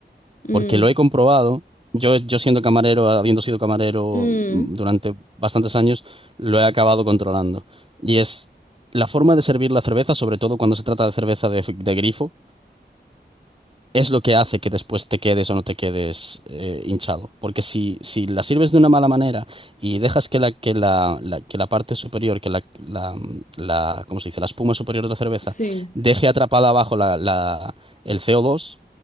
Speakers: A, on the left; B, on the right.
A: Mm,
B: porque lo he comprobado. Yo, yo siendo camarero, habiendo sido camarero
A: mm,
B: mm, durante bastantes años, lo he acabado controlando. Y es la forma de servir la cerveza, sobre todo cuando se trata de cerveza de, de grifo es lo que hace que después te quedes o no te quedes eh, hinchado. Porque si, si la sirves de una mala manera y dejas que la, que la, la- que la parte superior, que la, la, la- ¿cómo se dice? La espuma superior de la cerveza
A: sí.
B: deje atrapada abajo la, la- el CO2,